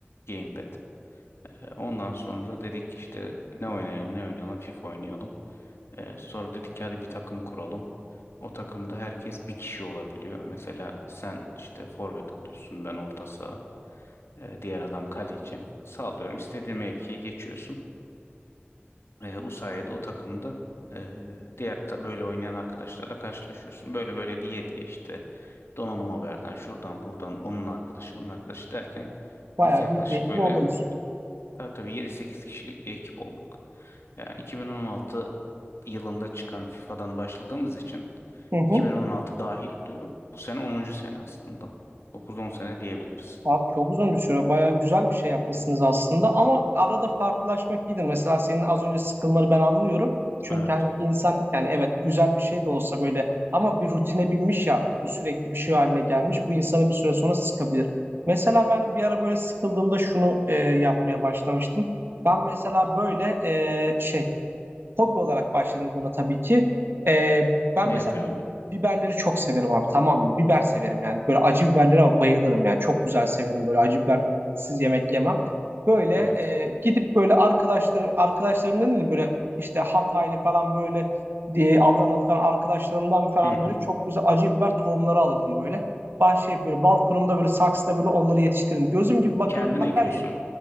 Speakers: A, on the left; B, on the right.
A: gamepad. E, Ondan sonra dedik ki işte ne oynayalım ne oynayalım FIFA oynayalım. E, sonra dedik ki hadi bir takım kuralım. O takımda herkes bir kişi olabiliyor. Mesela sen işte forvet oluyorsun ben orta saha. e, diğer adam kaleci. Sağlıyorum istediğin mevkiye geçiyorsun. E, bu sayede o takımda e, diğer ta- böyle oynayan arkadaşlarla karşılaşıyorsun. Böyle böyle diye diye işte donanım haberden şuradan buradan onun arkadaşı bunun arkadaşı derken
B: Bayağı
A: biz yaklaşık
B: büyük bir ekip
A: böyle
B: oldunuz.
A: Tabii tabii yedi sekiz kişilik bir ekip olduk. Ya 2016 yılında çıkan FIFA'dan başladığımız için
B: Hı hı.
A: 2016 dahil oluyor. Bu sene onuncu sene aslında. Dokuz on sene diyebiliriz.
B: Abi çok uzun bir süre bayağı güzel bir şey yapmışsınız aslında ama arada farklılaşmak iyidir. Mesela senin az önce sıkılmanı ben anlıyorum. Çünkü
A: Evet.
B: hani insan yani evet güzel bir şey de olsa böyle ama bir rutine binmiş ya artık bu sürekli bir şey haline gelmiş. Bu insanı bir süre sonra sıkabilir. Mesela ben bir ara böyle sıkıldığımda şunu e, yapmaya başlamıştım. Ben mesela böyle e, şey Hobi olarak başladım buna tabii ki. Ee, ben
A: Ne
B: mesela
A: yapıyordum?
B: bi- biberleri çok severim abi tamam mı? Biber severim yani. Böyle acı biberlere bayılırım ya. Çok güzel severim böyle acı bibersiz yemek yemem. Böyle e,
A: Evet.
B: gidip böyle arkadaşlar arkadaşlarım dedim böyle işte Hataylı falan böyle diye Adanalı falan arkadaşlarımdan falan
A: Hı
B: böyle
A: hı.
B: çok güzel acı biber tohumları alırdım böyle. Bahçeye böyle balkonumda böyle saksıda böyle onları yetiştirdim. Gözüm gibi bakarım
A: Kendin
B: derler
A: ekiyorsun,
B: ya.